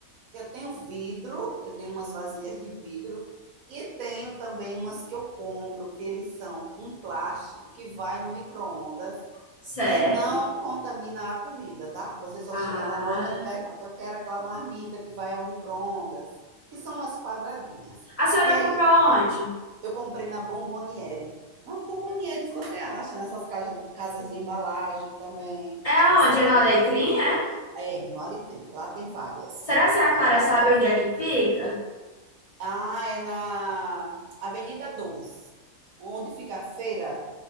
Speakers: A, on the right; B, on the left.
A: Eu tenho vidro, eu tenho umas vasilhas de vidro e tenho também umas que eu compro, que eles são um plástico que vai no micro-ondas
B: Certo.
A: E não contamina a comida, tá? Você só
B: Ah.
A: chega na loja e pergunta: eu quero aquela marmita que vai ao micro-ondas, que são as quadradinhas.
B: A senhora
A: E aí
B: comprou aonde?
A: eu comprei na Bomboniere. Mas bombonieres você acha nessas caja- casas de embalagem também?
B: É
A: Você
B: onde?
A: acha?
B: É no Alecrim, é?
A: É, no Alecrim. Lá tem várias.
B: Será que a Clara
A: Várias.
B: sabe onde é que fica?
A: Ah, é na Avenida 2, onde fica a feira,